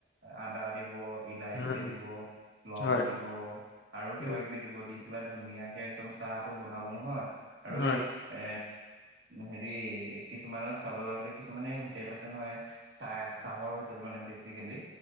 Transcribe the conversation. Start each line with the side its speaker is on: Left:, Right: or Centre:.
Right: আদা দিব ইলাইছি
Left: উম
Right: দিব, লং
Left: হয় উম হয়
Right: দিব আৰু কিবা-কিবি
Left: উম
Right: দিব দি পেলাই ধুনীয়াকে একদম চাহটো বনাব নহয় আৰু
Left: হয়
Right: এই এ হেৰি কিছুমানত চাবলে গ'লে কিছুমানে হোটেল আছে নহয় চাহ চাহৰ হোটেল মানে বেচিকেলি